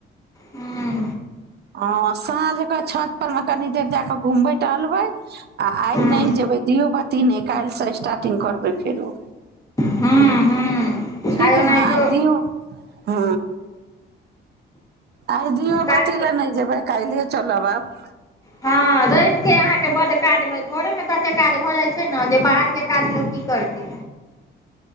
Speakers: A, on the left (about 15°); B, on the right (about 55°).
A: हूँ
B: हन सांझ के छत पर तनि देर जा कए घूमबय टहलबय आ
A: हूँ
B: नए जेबय दियो बाती नए कायल से स्टार्टिंग करवाए फेर से
A: हूँ हूँ
B: ठीक
A: आइ ओनाहितो
B: ने आ दियौ ह आइ दियओ
A: काज
B: बति ल नहि जेबै काल्हिए चलब आब
A: हँ रवि के अहाँके बड काज हो भोरे मे कते काज हो जाय छै ने जे बाहर के काज लोक की करतै